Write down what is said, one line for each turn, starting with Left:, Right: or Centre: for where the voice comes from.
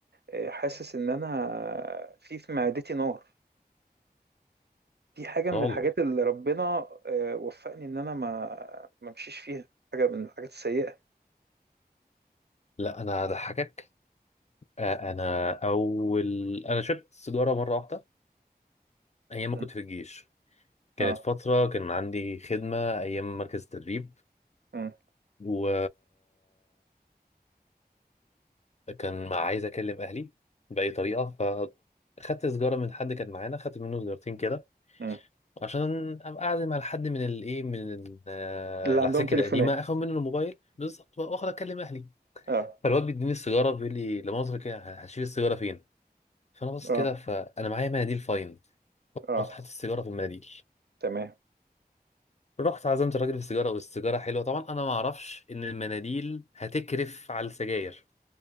Right: آه، حاسس ان انا في في معدتي نار دي حاجه من
Left: لا والله
Right: الحاجات اللي ربنا آه، وفقني ان انا ما ما امشيش فيها حاجه من الحاجات السيئه
Left: لا انا هضحكك آه، انا اول انا شربت سيجاره مره واحده ايام ما
Right: م.
Left: كنت في الجيش كانت
Right: اه
Left: فتره كان عندي خدمه ايام مركز التدريب
Right: م.
Left: و كان عايز اكلم اهلي باي طريقه فخدت سيجاره من حد كان معانا خدت منه سيجارتين كده
Right: م.
Left: عشان ابقى قاعد مع حد من الايه من ال- آه،
Right: اللي
Left: العساكر
Right: عندهم تليفونات
Left: القديمه اخد منه الموبايل بالظبط واخد اكلم اهلي
Right: <laughs> اه
Left: فالواد بيديني السيجاره بيقول لي لمؤاخذه كده هشيل السيجاره فين فانا بص
Right: اه
Left: كده فانا معايا مناديل فاين
Right: اه
Left: رحت حاطط السيجاره في المناديل
Right: تمام
Left: رحت عزمت الراجل في السيجاره والسيجاره حلوه طبعا انا ما اعرفش ان المناديل هتكرف على السجاير